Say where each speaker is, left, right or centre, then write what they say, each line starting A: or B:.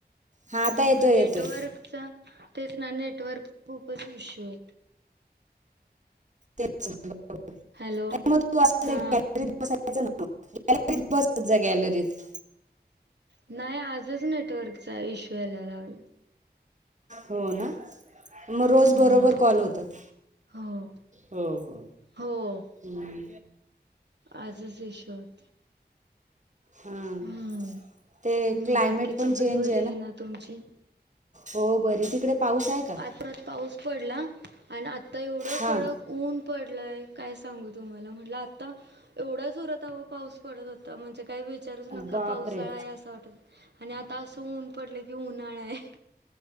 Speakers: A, on the right; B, on the right.
A: हां आता येतो आहे
B: नेटवर्कचा
A: येतो आहे
B: तेच ना नेट वर्क खूपच इश्यू आहे.
A: तेच बरोबर
B: हॅलो
A: नाही मग तू असं
B: हा
A: गॅलरीत बसायचं गॅलरीत बसत जा गॅलरीत
B: नाही आजच नेटवर्कचा इश्यू याय लागलाय.
A: हो ना मग रोज
B: हम्म.
A: बरोबर कॉल होतात.
B: हो
A: हो हो
B: हो
A: हम्
B: आजच इश्यू होतय.
A: हां
B: हम्म्
A: ते क्लायमेट
B: बाकी
A: पण
B: तब्येत
A: चेंज
B: बरी आहे ना तुमची?
A: हो बरी तिकडे पाऊस आहे का
B: आत रात पाऊस पडला आणि आता एवढं
A: हां
B: कडक ऊन पडलय काय सांगू तुम्हाला म्हटल आता एवढा जोरात आओ पाऊस पडत होता म्हणजे काही विचारूच नका
A: बापरे
B: पावसाळा आहे आसं वाटत आणि आता अस ऊन पडलय कि उन्हाळा आहे